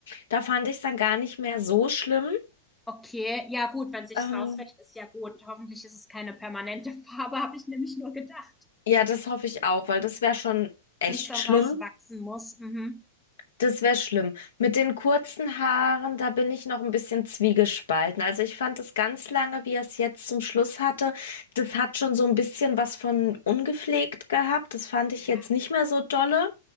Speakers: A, on the left; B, in the centre.
A: Da fand ich es dann gar nicht mehr so schlimm.
B: Okay, ja gut, wenn sich's
A: Ähm,
B: rauswäscht, ist ja gut. Hoffentlich ist es keine permanente <laughs> Farbe, habe ich nämlich nur gedacht.
A: ja, das hoffe ich auch, weil das wäre schon echt
B: Wenn's dann
A: schlimm.
B: rauswachsen muss. Mhm.
A: Das wäre schlimm. Mit den kurzen Haaren, da bin ich noch ein bisschen zwiegespalten. Also ich fand es ganz lange, wie er es jetzt zum Schluss hatte, das hat schon so ein bisschen was von ungepflegt gehabt. Das fand ich
B: Ja.
A: jetzt nicht mehr so dolle.